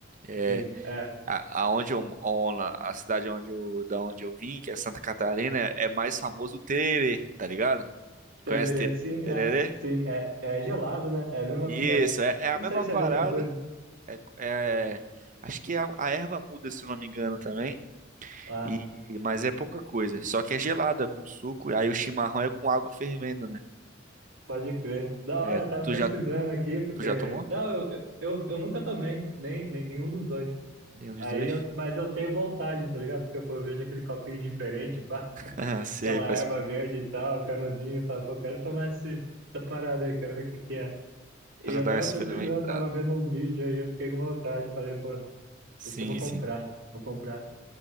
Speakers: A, on the right; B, on the right.
A: É,
B: sim. é.
A: A, aonde eu, on- a cidade onde eu, da onde eu vim, que é Santa Catarina, é mais famoso o tererê, tá ligado?
B: Tererê,
A: Conhece ter-
B: sim,
A: tererê?
B: é. Sim, é, é gelado, né? É a mesma.
A: Isso,
B: É,
A: é, é a
B: não
A: mesma
B: sei se
A: parada.
B: é a mesma coisa.
A: É, é- acho que a, a erva muda, se eu não me engano, também.
B: Ah,
A: E, mas é pouca coisa. Só que é gelada, com suco. E aí o chimarrão é com água fervendo, né?
B: pode crer. Da
A: É,
B: hora, eu tava
A: tu
B: pesquisando
A: já,
B: aqui, porque.
A: tu já tomou?
B: Não, eu, eu, eu nunca tomei, nem, nem nenhum dos dois.
A: Nenhum dos
B: Aí
A: dois?
B: eu, mas
A: <laughs>
B: eu tenho vontade, tá ligado? Porque eu vejo aquele copinho diferente, pá,
A: Ah, sei,
B: aquela
A: pra,
B: erva verde e tal, canudinho, eu falo, pô, quero tomar esse, essa parada aí, quero ver o que que é. E
A: pra
B: eu
A: dar
B: tava
A: uma experimentada.
B: pesquisando, tava vendo um vídeo aí, eu fiquei com vontade, falei, pô,
A: Sim,
B: acho que eu vou comprar,
A: sim.
B: vou comprar.